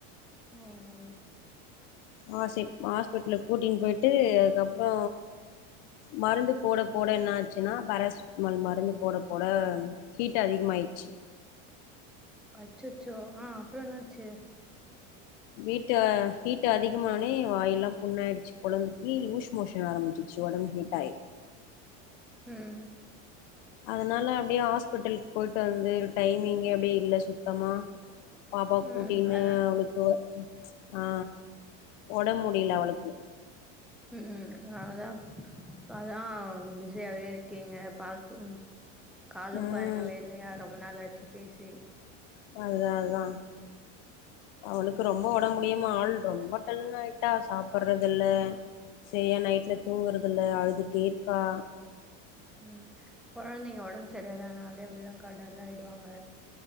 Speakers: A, in the centre; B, on the left (about 65°).
A: ஓ ஓ
B: ஆ சிப் ஹாஸ்பெட்லுக்கு கூட்டின் போயிட்டு அதுக்கப்றோ மருந்து போட போ போட என்னாச்சுனா பேராசிட்மால் மருந்து போட போட ஹீட் அதிகமாயிச்சு
A: அச்சச்சோ ஆ அப்றோ என்னாச்சு
B: வீட்ட ஹீட் அதிகமானே வாய்யெல்லா புண்ணாயிடுச்சு கொழந்திக்கு லூஸ் மோஷன் ஆரம்பிச்சு ச்சு ஒடம்பு ஹீட்டாயி
A: ம்
B: அதனால அப்டே ஹாஸ்பெட்டல்க் போயிட்டு வந்து டைமிங்கே அப்டே இல்ல சுத்தமா பாப்பா
A: ம்
B: கூட்டின்னு
A: அதா
B: அவுளுக்கு ஆ ஒடம் முடில அவுளுக்கு
A: ம் ம் அதா அதா பிசியாவே இருக்கீங்க பால் <unintelligible> காலு
B: ம்
A: பண்ணவே இல்லயா ரொம்ப நாளாச்சு பேசி
B: அதுதா அதா அவுளுக்கு ரொம்போ ஒடம் முடியாம ஆள் ரொம்ப டல்லாய்ட்டா சாப்புர்றது இல்ல செரியா நைட்ல தூங்றதுல்ல அழுதுட்டேருக்கா
A: ம் கொழந்தைங்க ஒடம்பு செரி இல்லானாலே அப்டிதா கா டல் ஆயிடுவாங்க